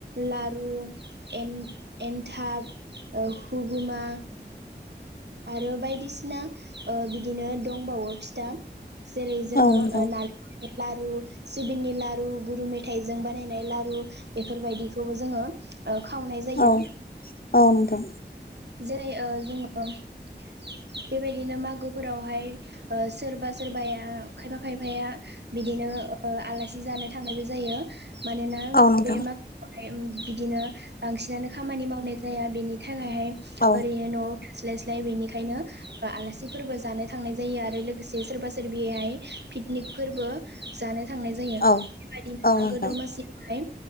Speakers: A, on the right (about 70°); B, on the left (about 55°).
A: लारु एन-एनथाब ओ हुगुमा आरो बायदिसिना ओ बिदिनो दंबावो फिथा जेरै- जोङो
B: औ
A: ओ
B: नोंथां
A: नारि <inaudible> लारु सिबिंनि लारु गुरु मेथाइजों बानायनाय लारु बेफोरबायदिखौबो जोङो ओ खावनाय जायो।
B: औ औ नंगौ
A: जेरै जोङो बेबायदिनो मागोफोरावहाय सोरबा सोरबाया खायफा खायफाया बिदिनो आलासि जानो थांनायबो जायो मानोना
B: औ नोंथां
A: बे मा बिदिनो बांसिनानो खामानि मावनाय जाया बेनि थाखायहाय
B: औ
A: ओरैनो न' स्लाय स्लाय बेनिखायनो आलासिफोरबो जानो थांनाय जायो आरो लोगोसे सोरबा सोरबिहाय पिकनिक फोरबो जानो थांनाय जायो
B: औ
A: बेबायदिनो
B: औ
A: मागो
B: नोंथां
A: दमासियावहाय